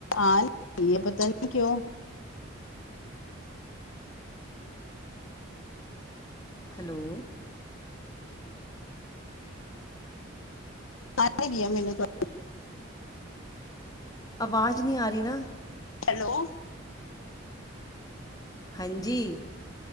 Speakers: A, on the left; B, on the left.
A: ਆ ਨੀ ਰੀ ਹੈ ਪਤਾ ਨੀ ਕਿਉਂ?
B: ਹੈਲੋ,
A: ਸ ਹੀ ਵੀ <unintelligible> ਗੇਆ ਮੈਨੂੰ ਲੱਗਦਾ।
B: ਆਵਾਜ਼ ਨਹੀਂ ਆ ਰਹੀ ਨਾ।
A: ਹੈਲੋ।
B: ਹਾਂਜੀ।